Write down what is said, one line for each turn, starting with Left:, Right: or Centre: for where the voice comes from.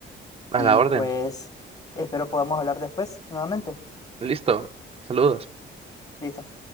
Left: y
Right: A la orden.
Left: pues espero podamos hablar después nuevamente.
Right: Listo. Saludos.
Left: Listo.